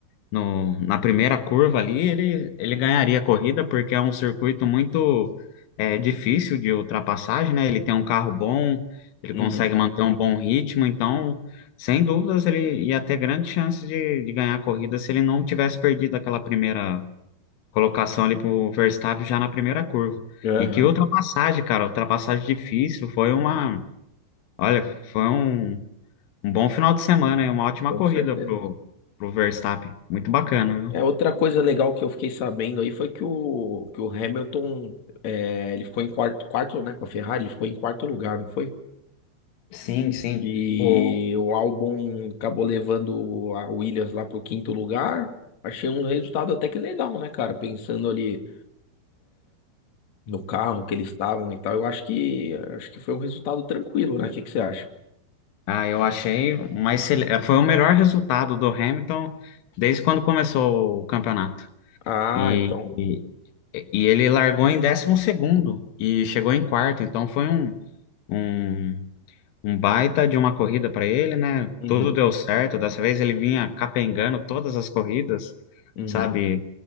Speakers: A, on the left (about 80°); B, on the left (about 45°).
A: no, na primeira curva ali, ele, ele ganharia a corrida, porque é um circuito muito é, difícil de ultrapassagem, né? Ele tem um carro bom, ele
B: Uhum.
A: consegue manter um bom ritmo, então, sem dúvidas, ele ia ter grande chance de, de ganhar a corrida se ele não tivesse perdido aquela primeira colocação ali para o Verstappen já na primeira curva.
B: Aham,
A: E que ultrapassagem, cara, ultrapassagem difícil, foi uma, olha, foi um, um bom final de semana, e uma ótima
B: com
A: corrida
B: certeza.
A: pro, pro Verstappen, muito bacana, viu?
B: É, outra coisa legal que eu fiquei sabendo aí foi que o, que o Hamilton, é, ele ficou em quarto, quarto, né, com a Ferrari, ele ficou em quarto lugar, não foi?
A: Sim, sim.
B: E
A: O,
B: o álbum acabou levando a Williams lá pro quinto lugar. Achei um resultado até que legal, né, cara? Pensando ali no carro que eles estavam e tal, eu acho que acho que foi um resultado tranquilo, né? O que que você acha?
A: ah, eu achei, mas foi o melhor resultado do Hamilton desde quando começou o campeonato.
B: Ah,
A: E,
B: então.
A: e, e ele largou em décimo segundo e chegou em quarto, então foi um, um, um baita de uma corrida para ele, né?
B: Uhum,
A: Tudo deu certo. Dessa vez ele vinha capengando todas as corridas,
B: uhum.
A: sabe?